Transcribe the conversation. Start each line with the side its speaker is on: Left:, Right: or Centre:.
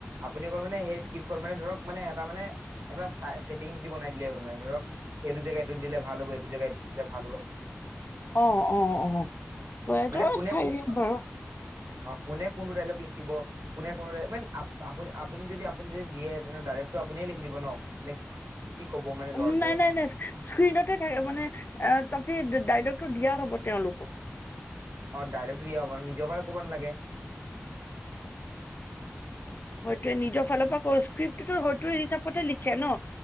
Right: আপুনি অকল মানে সেই স্ক্ৰিপখন মানে ধৰক, মানে এটা মানে- এটা ছাই- ছেটিংছ দি বনাই দিলে হ'ল মানে ধৰক এইটো জেগাত এইটোত দিলে ভাল হ'ব, এইটো জেগাত এইটো দিলে ভাল হব, সে
Left: অ' - অ' - অ'। ম‌ই এইটোও
Right: মানে কোনে
Left: চাই দিম বাৰু।
Right: অ কোনে কোনটো ডাইলগ লিখিব কোনে কোৱৰে মান আপু আপুনি যদি আপুনি যদি দিয়ে তেনে ডাইৰেক্টটো আপুনীয়ে লিখি দিব ন। নেক কি ক'ব মানে
Left: উম
Right: ল'ৰাটোৱে
Left: নাই নাই নাই স্ক্ৰীণতে থাকে মানে এ তাতে ডাইলগটো দিয়া হ'ব তেওঁলোকক।
Right: অ ডাইলেকটো দিয়া হ'ব মানে নিজৰ বাৰে ক'ব নালাগে?
Left: হয়তোৱে নিজৰ ফালৰ পৰা স্কিৰিপটো হয়তো হিচাপতে লিখে ন।